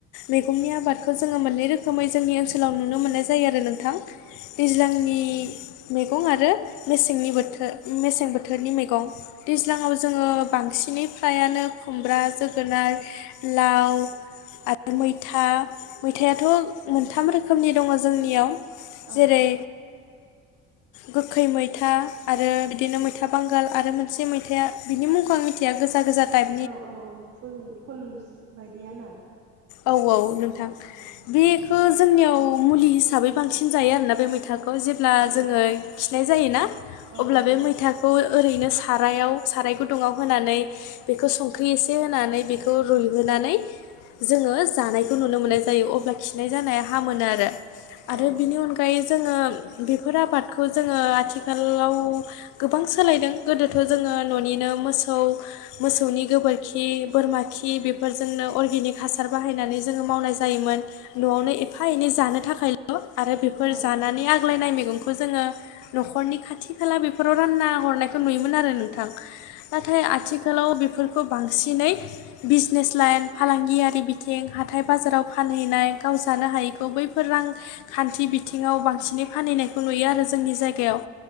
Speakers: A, on the left; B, on the right.
A: मैगंनि आबादखौ जोङो मोननै रोखोमै जोंनि ओनसोलाव नुनो मोननाय जायो आरो नोंथां। दैज्लांनि मैगं आरो मेसेंनि बोथोर मेसें बोथोरनि मैगं, दैज्लाङाव जोङो बांसिनै फ्रायानो खुमब्रा जोगोनार लाव आरो मैथा, मैथायाथ' मोनथाम रोखोमनि दङ जोंनियाव। जेरै
B: औ
A: गोखै मैथा आरो बिदिनो मैथा बांगाल आरो मोनसे मैथाया बिनि मुंखौ आं मिथिया, गोजा गोजा टाइप।
B: औ औ औ फुल फुल बायदिया ना?
A: औ औ नोंथां
B: औ
A: बे जोंनियाव मुलि हिसाबै बांसिन जायो आरोना बे मैथाखौ जेब्ला
B: औ
A: जोङो खिनाय जायोना
B: औ
A: अब्ला
B: औ
A: बे मैथाखौ बेखौ ओरैनो सारायाव साराय गुदुङाव होनानै बेखौ संख्रि एसे होनानै बेखौ रुइहोनानै जोङो जानायखौ नुनो मोननाय जायो, अब्ला खिनाय जानाया हामो नो आरो। आरो
B: औ
A: बिनि अनगायै जोङो बेफोर आबादखौ जोङो आथिखालाव गोबां सोलायदों गोदोथ' जोङो न'निनो मोसौ मोसौनि गोबोरखि बोरमा खि बेफोरजोंनो अर्गेनिक हासार बाहायनानै जोङो मावनाय जायोमोन न'आवनो एफा एनै जानो थाखायल' आरो बेफोर
B: औ
A: जानानै आग्लायनाय मैगंखौ जोङो न'खरनि खाथि खाला बेफोराव रानना हरनायखौ नुयोमोन आरो नोंथां। नाथाय आथि खालाव बेफोरखौ बांसिनै बिजनेस लाइन फालांगियारि बिथिं हाथाय बाजाराव फानहैनाय गाव जानो हायै खौ बैफोर रां खान्थि बिथिङाव बांसिनै फानहैनायखौ नुयो आरो जोंनि जायगायाव,